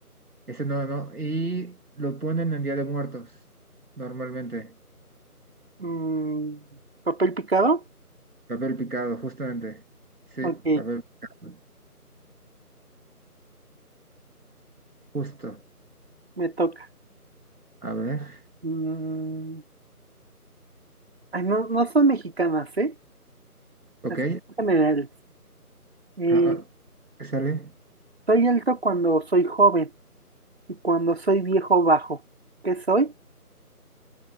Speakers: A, on the right; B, on the right.
A: eso no, no, y lo ponen en Día de Muertos normalmente.
B: Mm, papel picado.
A: Papel picado, justamente. Sí,
B: Ok,
A: papel picado, justo.
B: me toca.
A: A ver,
B: Mm, ay, no, no son mexicanas, ¿eh?
A: ok.
B: Así son generales. Eh,
A: Ah, ah, sale.
B: Soy alto cuando soy joven y cuando soy viejo bajo. ¿Qué soy?